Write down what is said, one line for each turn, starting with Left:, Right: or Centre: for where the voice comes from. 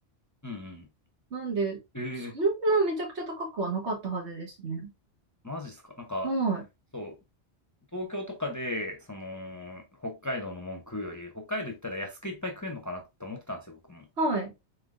Left: うんうん。
Right: なんで、
Left: ええ
Right: そんなめちゃくちゃ高くはなかったはずですね。
Left: マジっすかなんか、
Right: はーい。
Left: そう、東京とかで、その、北海道のもん食うより、北海道行ったら安くいっぱい食えんのかなって思ってたんですよ、僕も。
Right: はい。